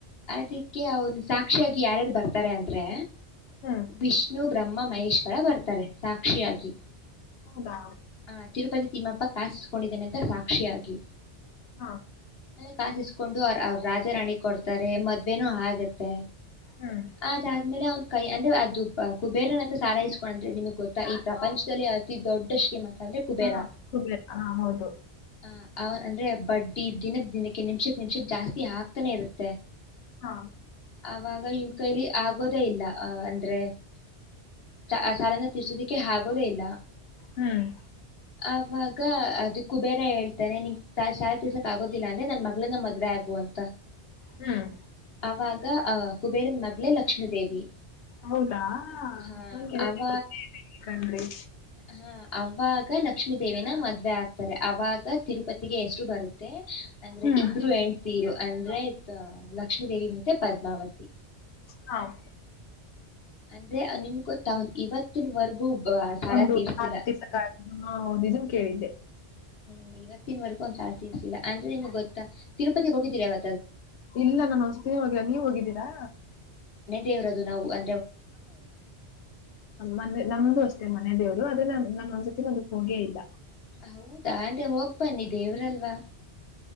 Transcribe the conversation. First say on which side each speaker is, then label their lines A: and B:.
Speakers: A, on the left; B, on the left.
A: ಅದಕ್ಕೆ ಅವ್ನು ಸಾಕ್ಷಿಯಾಗಿ ಯಾರ್ಯಾರು ಬರ್ತಾರೆ ಅಂದ್ರೆ
B: ಹ್ಮ್
A: ವಿಷ್ಣು ಬ್ರಹ್ಮ ಮಹೇಶ್ವರ ಬರ್ತಾರೆ ಸಾಕ್ಷಿಯಾಗಿ
B: ಹೌದಾ
A: ಆ ತಿರುಪತಿ ತಿಮ್ಮಪ್ಪ ಕಾಸಿಸ್ಕೊಂಡಿದ್ದೇನೆ ಅಂತ ಸಾಕ್ಷಿಯಾಗಿ
B: ಹಾ
A: ಕಾಸಿಸ್ಕೊಂಡು ಅವ ಅವ್ರ ರಾಜ ರಣಿ ಕೊಡ್ತಾರೆ ಮದ್ೇನ ಹಾಗತ್ತೆ
B: ಹ್ಮ್
A: ಅದಾದ್ಮೇಲೆ ಅವ್ನ್ ಕೈ ಅಂದ್ರೆ ಅದು ಕುಬೇರನತ್ರ ಸಾರ ಇಸ್ಕೊಂಡಂದ್ರೆ ನಿ ಈ ಪ್ರಪಂಚದಲ್ಲಿ ಅತಿ ದೊಡ್ಡ ಶ್ರೀಮಂತ ಅಂದ್ರೆ ಕುಬೇರ
B: ಹಾ ಕುಬೇರ ಹಾ ಹೌದು
A: ಆ ಆ ಅಂದ್ರೆ ಬಡ್ಡಿ ದಿನಕ್ ದಿನಕ್ಕೆ ನಿಮಿಷಕ್ ನಿಮಿಷಕ್ ಜಾಸ್ತಿ ಹಾಕ್ತಾನೆ ಇರುತ್ತೆ
B: ಹಾ
A: ಆಗ ಇವನ್ ಕೈಲಿ ಆಗೋದೇ ಇಲ್ಲ ಅ ಅಂದ್ರೆ ಆ ಸಾಲನೆ ಿಸೋದಕ್ಕೆ ಆಗೋದ ಇಲ್ಲ
B: ಹ್ಮ್
A: <inaudible> ಅವಾಗ ಅದ ಕುಬೇರ ಹೇಳ್ತಾನೆ ಶಾಲೆ ತಸಕ್ ಆಗೋದಿಲ್ಲ ಅಂದ್ರೆ ನನ್ ಮಗಳ ನ ಮದ್ವ ಆಗು ಅಂತ ಂತ
B: ಹ್ಮ್
A: ಅವಾಗ ಅ ಕುಬೇರಿನ್ ಮಗ್ ಲಕ್ಷ್ಮೀದೇವಿ
B: ಹೌದಾ
A: ಹಾ
B: ನಂಗಿದೇ
A: ಅವ
B: ಕಣ್ರಿ
A: ಹಾ ಅವಾಗ ಲಕ್ಷ್ಮೀ ದೇವನ ಮದ್ವೆ ಆಗ್ತಾರೆ ಅವಾಗ ತಿರುಪತಿಗೆ ಎಷ್ಟರು ಬರುತ್ತೆ ಅಂದ್ರೆ
B: ಹ್ಮ್
A: ಇಬ್ರು ಎಂಡ್ ತೀರು ಅಂದ ಅಂದ್ರೆ ಲಕ್ಷ್ಮೀ ದೇವಿ ಮತ್ತೆ ಪದ್ಮಾವತಿ
B: ಹಾ <inaudible>
A: ಅಂದ್ರೆ ನಿಮ್ಗೆ ಗೊತ್ತ ಇವತ್ ಮತ್ತ ವರ್ಗೂ ಸಾಲ
B: ಒಂದು
A: ತೀರ್ಸಲ
B: ವಾರ
A: <inaudible>
B: ದಿವಸಗಳ ಹಾ ಹೌದು ಇದನ್ ಕೇಳಿದ್ದೆ
A: ಹ್ಮ್ ಇವತ್ತಿನವರೆಗ ಒಂದ್ ಸತಿರ್ಸಿಲ್ಲ ಅಂದ್ರೆ ನಿಮ್ಗೆ ಗೊತ್ತ ತಿರುಪತಿಗೆ ಹೋಗಿದ್ದೀರಿ ಯಾವ
B: ಇಲ್ಲ ನಾನು ಒಂದ್ಸತಿ ಹೋಗಿಲ್ಲ ನೀವ್ ಹೋಗಿದ್ದೀರಾ
A: ದೇವರದದು ನಾವು ಅ
B: ಮನೆ ನಮ್ದು ಅಷ್ಟೇ ಮನೆ ದೇವರು ಅದೇ ನ ನನ್ ಒಂದ್ ಜೊತೆನ್ ಅದಕ್ ಹೋಗೇ ಇಲ್ಲ
A: ಹೌದಾ ಅಂದ್ರೆ ಹೋಗ್ ಬನ್ನಿ ದೇವ್ರಲ್ವಾ